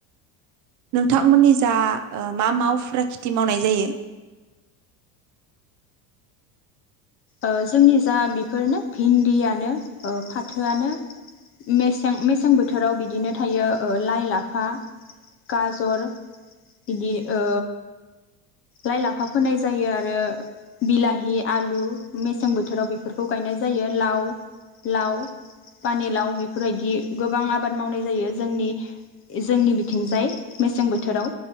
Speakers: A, on the right; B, on the left.
A: नोंथांमोननि जा ओ मा मा उफ्रा खिथि मावनाय जायो?
B: ओ जोंनि जा ओ बेफोरनो भिन्दियानो ओ फाथोआनो मेसें मेसें बोथोराव बिदिनो थायो ओ लाइ लाफा गाजर बिदि ओ लाइ लाफा फोनाय जायो आरो बिलाहि आलु मेसें बोथोराव बेफोरखौ गायनाय जायो लाव लाव पानिलाव बेफोरबायदि गोबां आबाद मावनाय जायो जोंनि जोंनि बिथिंजाय मेसें बोथोराव